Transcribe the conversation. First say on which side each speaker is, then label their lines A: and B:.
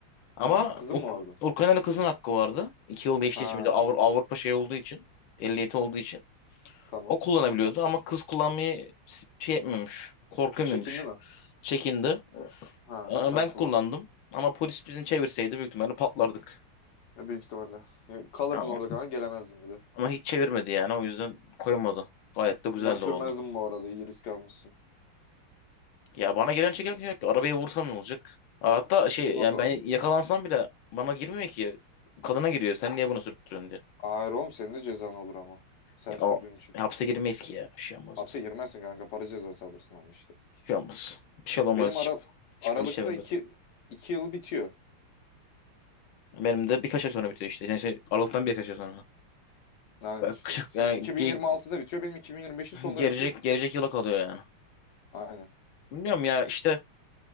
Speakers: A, on the left; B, on the left.
A: Ama
B: Aha, kızın
A: Ur
B: mı vardı?
A: Urkan'ın kızın hakkı vardı. İki yıl geçtiği
B: Ha
A: için bir de Avru- Avrupa şey olduğu için. Ehliyeti olduğu için.
B: tamam.
A: O kullanabiliyordu ama kız kullanmayı şey etmemiş. Korkamıyormuş.
B: Çekindi mi?
A: Çekindi.
B: Ha
A: Ama
B: sen
A: Ben
B: kullandın.
A: kullandım. Ama polis bizi çevirseydi büyük ihtimalle patlardık.
B: E, büyük ihtimalle. E, kalırdın
A: Ama,
B: orada kanka gelemezdin bir de.
A: ama hiç çevirmedi yani. O yüzden koymadı. Gayet de güzel
B: Ben sürmezdim
A: de oldu.
B: bu arada iyi risk almışsın.
A: Ya bana gelen çekerken arabaya vursam ne olacak? Hatta şey
B: Sigorta
A: yani ben
B: var zaten.
A: yakalansam bile bana girmiyor ki. Kadına giriyor. Sen niye bunu sürttürüyorsun diye.
B: Hayır oğlum senin de cezan olur ama. Sen
A: Ya
B: sürdüğün
A: o
B: için.
A: hapse girmeyiz ki ya. Bir şey olmazdı.
B: Hapse girmezsin kanka para cezası alırsın ama işte.
A: Bir şey olmaz. Bir şey olmaz.
B: Benim
A: Hiç,
B: ara
A: hiç
B: Aralık'ta
A: polis çevirmedi.
B: iki, iki yıl bitiyor.
A: Benim de birkaç ay sonra bitiyor işte. Yani şey, Aralık'tan birkaç ay sonra.
B: Aynen işte.
A: kışık,
B: Senin
A: yani
B: 2026'da
A: ge-
B: bitiyor benim 2025'in sonunda
A: gelecek
B: bitiyor.
A: gelecek yıla kalıyor yani.
B: Aynen.
A: Bilmiyorum ya işte